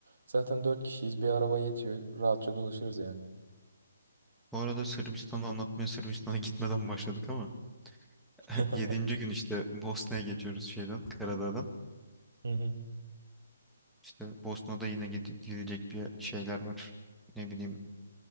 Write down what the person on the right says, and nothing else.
Zaten dört kişiyiz. Bir araba yetiyor. Rahatça dolaşırız yani.
<laughs>
Hı hı.